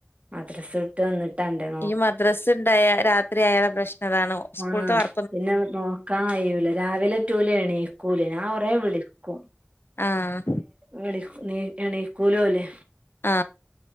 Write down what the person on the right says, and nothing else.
മദ്രസ വിട്ട് ട്ട് വന്നിട്ട് അന്റെടു
ആഹ്
പിന്നെ നോക്കാൻ കയൂല രാവിലെ ടൂലെ ഏണീക്കൂല ഞാൻ കൊറെവിളിക്കും
വിളിക്കും നീ എണീക്കൂല ഓല്